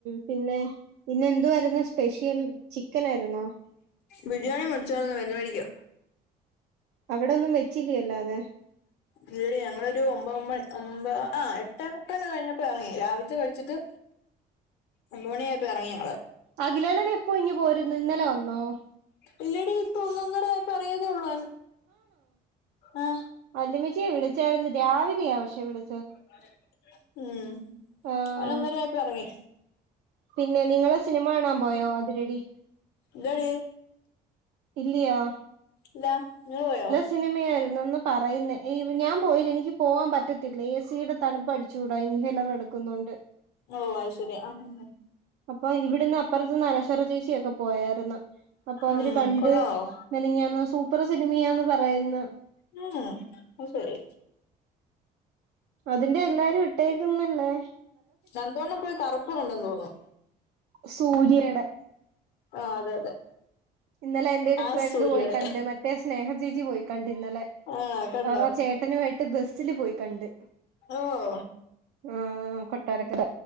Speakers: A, on the right; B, on the left.
A: പിന്നെ പിന്നെന്തു വരുന്ന് സ്പെഷ്യൽ ചിക്കനായിരുന്നോ?
B: ബിരിയാണി മേടിച്ചായിരുന്നു വരുന്ന വഴിക്ക്.
A: അവിടെന്നും വെച്ചില്ലല്ലോ എല്ലാതെ?
B: ഇല്ല ഞങ്ങളൊരു ഒമ്പ ഒമ്പണി ഒമ്പത് ആഹ് എട്ടാം മുക്കാൽ കഴിഞ്ഞപ്പോറങ്ങി രാവിലത്തെ കഴിച്ചിട്ട്. ഒമ്പത് മണിയായപ്പം എറങ്ങി ഞങ്ങള്.
A: അഖിലേനേനി എപ്പോയ്ഞ്ഞി പോരുന്ന് ഇന്നലെ വന്നോ?
B: ഇല്ലടി ഇപ്പൊ ഒന്നര പറയാതേ ഉള്ളൂ ആഹ്
A: വല്ലിമച്ചിയെ വിളിച്ചായിരുന്നു രാവിലെയ പക്ഷെ വിളി
B: <unintelligible> ഉം
A: ആഹ്
B: അവന് ഒന്നരായപ്പം എറങ്ങി.
A: പിന്നെ നിങ്ങള് സിനിമ കാണാൻ പോയോ അതിരടി?
B: എന്താണ്?
A: ഇല്ല്യാ
B: ല്ല ഇങ്ങള് പോയോ?
A: സിനിമേൽന്നൊന്നും പറയിന്നേ ഈ ഞാൻ പോയില്ല എനിക്ക് പോവാൻ പറ്റത്തില്ല എ സിയുടെ തണുപ്പ് അടി ചൂടാ ഇൻവീലർ എടുക്കുന്നുണ്ട്.
B: ഓ അത് ശരി ആഹ്
A: അപ്പൊ ഇവിടന്ന് അപ്പറത്ത്ന്ന് അനശ്വര ചേച്ചിക്കെ പോയാരുന്നു. അപ്പൊ
B: ഉം
A: അവര് കണ്ട്
B: കൊള്ളാവോ
A: മെനഞ്ഞാന്ന് സൂപ്പർ സിനിമയാന്ന് പറയുന്നു.
B: ഉം ഉം അഹ്ശരി
A: അതിന്റെ എല്ലാരും ഇട്ടേക്കുന്നില്ലേ.
B: സർഗോളം കറുപ്പ്ണ്ടെന്ന് തോന്നുന്നു.
A: സൂര്യയടെ
B: ആഹ് അതെ അതെ
A: ഇന്നലെന്റെരു
B: ആ
A: ഫ്രണ്ട്
B: സൂര്യയുടെ
A: പോയിക്കണ്ട് മറ്റേ സ്നേഹചേച്ചി പോയിക്കണ്ട്ന്നലെ
B: ആ കണ്ടോ
A: ഓരോ ചേ ഏട്ടനുമായിട്ട് ബസ്സില് പോയി കണ്ട്
B: ഓഹോ
A: ആഹ് കൊട്ടാരക്കര